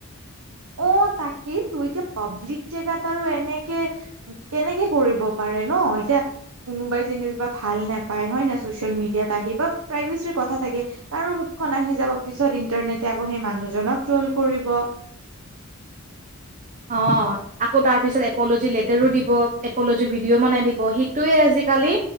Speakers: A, on the right; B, on the right.
A: অ তাকেই ত এতি পাব্লিক জেগাত আৰু এনেকে কেনেকে কৰিব পাৰে ন এতিয়া কোনোবাই যেনিবা ভাল নাপায় হয় ন চচিয়েল মিডিয়াত আহি বা প্ৰাইভেচী কথা থাকে তাৰো মুখখন আহি যাব পিছত ইন্টাৰনেট আকৌ সেই মানুহ তোল কৰিব
B: অ আকৌ তাৰপিছত এপ'লজি লেটাৰো দিব এপ'লজি ভিডিঅ' বনাই দিব সেইটোৱে আজিকালি